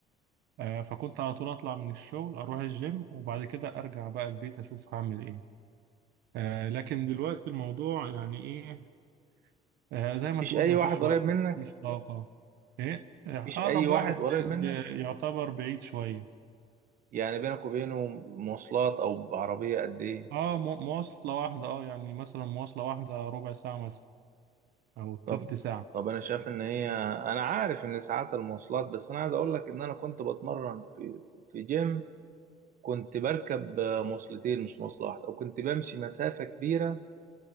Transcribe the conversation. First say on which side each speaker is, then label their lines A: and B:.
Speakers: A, on the right (about 75°); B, on the right (about 55°).
A: آه، فكنت على طول اطلع من الشغل اروح الجيم وبعد كده ارجع بقى البيت اشوف هعمل ايه آه، لكن دلوقتي الموضوع يعني ايه آه، زي ما
B: مفيش
A: تقول
B: اي
A: مفيش
B: واحد
A: وقت
B: قريب منك
A: مفيش طاقه ايه آه،
B: مفيش
A: اقرب
B: اي واحد
A: واحد
B: قريب منك
A: يعتبر بعيد شويه
B: يعني بينك وبينه مواصلات او بعربية قد ايه
A: اه مو- مواصله واحده اه يعني مثلا مواصله واحده ربع ساعه مثلا او تلت
B: طب
A: ساعه
B: طب انا شايف ان هي انا عارف ان ساعات المواصلات بس انا عايز اقول لك ان انا كنت بتمرن في في جيم كنت بركب آه، مواصلتين مش مواصلة واحدة وكنت بمشي مسافة كبيرة